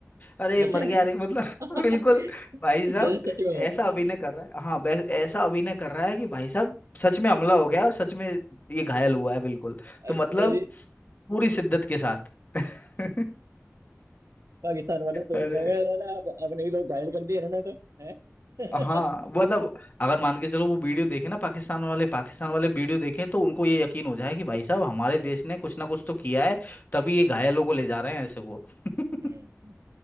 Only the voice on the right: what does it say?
अच्छा
<laughs>
जैसे सच में हो।
अच्छा
जी
पाकिस्तान वाला सोचता
है मैं साला आप- अपने ही लोग घायल कर दिए ना ना तो है <laughs>
हम्म
हम्म